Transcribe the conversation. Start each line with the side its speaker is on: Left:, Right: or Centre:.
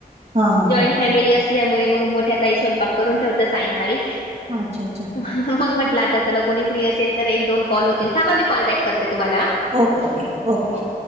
Right: हां, हां,
Left: जॉईंट
Right: हां.
Left: फॅमिली असल्यामुळे मग मोठ्या ताई स्वयंपाक करून ठेवतात मग सायंकाळी.
Right: अच्छा! अच्छा!
Left: मग म्हंटलं आता चला कोणी फ्री असेल तर एक दोन कॉल होतील, थांबा मी कॉल बॅक करते तुम्हाला.
Right: ओके ओके
Left: हां.
Right: ओके!
Left: हो.